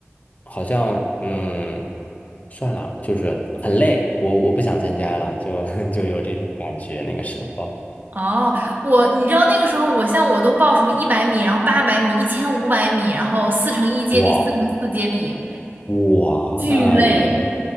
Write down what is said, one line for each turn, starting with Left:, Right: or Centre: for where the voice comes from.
Left: 好像嗯。算了，就是很累，我我不想参加了，就 <laughs> 就有这种感觉。那个时候，
Right: 哦，我你知道那个时候，我像我都报什么一百米，然后八百米、一千五百米，然后四乘一接力、
Left: 哇
Right: 四乘四接力，
Left: 哇，
Right: 巨累。
Left: 那你这，